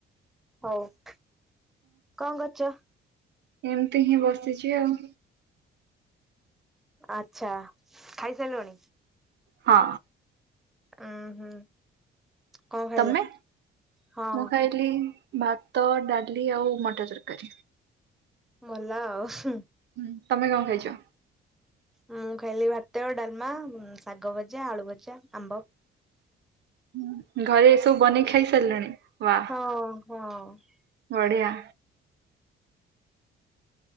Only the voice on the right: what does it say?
ଏମତି ହିଁ ବସିଚି ଆଉ
ହଁ।
ତମେ
ମୁଁ ଖାଇଲି ଭାତ ଡାଲି ଆଉ ମଟର ତରକାରୀ।
ହୁଁ ତମେ କଣ ଖାଇଛ?
ହୁଁ ଘରେ ଏସବୁ ବନେଇ ଖାଇସାରିଲଣି ୱା
ବଢିଆ।